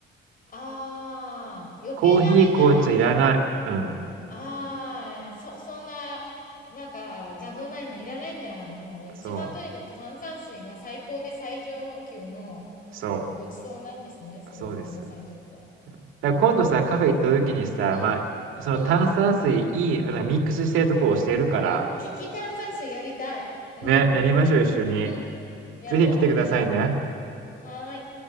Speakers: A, on the left; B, on the right.
A: ああ、余計な変な、
B: コーヒー、紅茶いらない。うん。
A: ああ、そ、そんな、なんか、邪道ないのいらないんだ。もう、一番とにかく炭酸水が最高で最上の級の、
B: そう、そ
A: もうごちそうなんですね。それは、
B: う、そうです。
A: あのさんにとって。
B: だから今度さ、
A: うーん、
B: カフェ行った時にさ、
A: うん、
B: まあ、その炭酸水いい、
A: うん、
B: あのミックスしてるとこを教えるから、
A: うん。利き炭酸水やりたい。うん。
B: ね、やりましょう一緒に。
A: うん。やろううん。
B: ぜひ来てくださいね。
A: はーい。